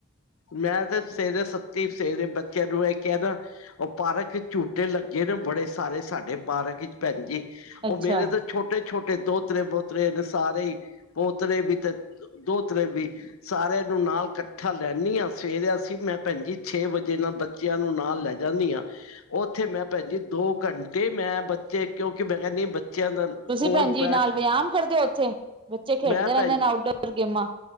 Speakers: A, on the left (about 75°); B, on the right (about 25°).
A: ਮੈਂ ਤੇ ਸਵੇਰੇ, ਸੱਤੀ ਸਵੇਰੇ ਬੱਚਿਆਂ ਨੂੰ ਐ ਕਿਆ ਨਾ ਔ ਪਾਰਕ 'ਚ ਝੂਟੇ ਲੱਗੇ ਨੇ ਬੜੇ ਸਾਰੇ, ਸਾਡੇ ਪਾਰਕ 'ਚ ਭੈਣ ਜੀ,
B: ਅੱਛਾ।
A: ਉਹ ਮੇਰੇ ਤੋਂ ਛੋਟੇ ਛੋਟੇ ਦੋਹਤਰੇ-ਬੋਤਰੇ ਨੇ ਸਾਰੇ ਈ, ਪੋਤਰੇ ਵੀ ਤੇ ਦੋਤਰੇ ਵੀ, ਸਾਰਿਆਂ ਨੂੰ ਨਾਲ ਕੱਠਾ ਲੈਨੀਂ ਆਂ। ਫੇਰ ਅਸੀਂ, ਮੈਂ ਭੈਣ ਜੀ ਛੇ ਵਜੇ ਨਾ, ਬੱਚਿਆਂ ਨੂੰ ਨਾਲ ਲੈ ਜਾਂਨੀ ਆਂ। ਉੱਥੇ ਮੈਂ ਭੈਣ ਜੀ ਦੋ ਘੰਟੇ, ਮੈਂ ਬੱਚੇ ਕਿਉਂਕਿ, ਮੈਂ ਕਹਿਨੀ ਬੱਚਿਆਂ ਦਾ
B: ਤੁਸੀਂ
A: ਕੋਲ
B: ਭੈਣ ਜੀ
A: ਬੈਠ
B: ਨਾਲ ਵਿਆਮ ਕਰਦੇ ਉੱਥੇ? ਬੱਚੇ ਖੇਡਦੇ
A: ਮੈਂ
B: ਰਹਿੰਦੇ
A: ਭੈਣ
B: ਨੇ ਆਊਟਡੋਰ ਗੇਮਾਂ।